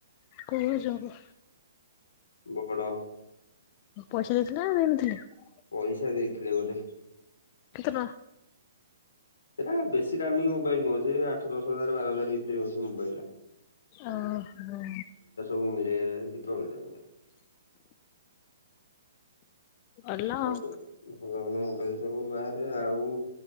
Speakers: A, on the left (about 35°); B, on the left (about 75°).
A: କୋଉ ଭାଉଜଙ୍କୁ?
B: ମୋ‌ ବଡ଼।
A: ପଇସା ଦେଇଥିଲେ <unintelligible>
B: ପଇସା ଦେଇଥିଲେ ବୋଧେ?
A: କେତେ ଟଙ୍କା
B: ସେଇଟା ବେଶୀ ଦାମୀ ମୋବାଇଲ ନୁହଁ ସେଇ ଆଠ ଦଶ ହଜାର ବାର ହଜାର ଭିତରେ ହଉଛି ମୋବାଇଲଟା
A: ଓହୋ
B: ଭୂମିରେ ଦୀପାବଳି ଟାଇମ୍ ରେ
A: ଭଲ
B: ଆଉକୁ
A: ଆଉ
B: ଭଲ ଭଲ କ ସବୁ ବାହାରେ ଆଉ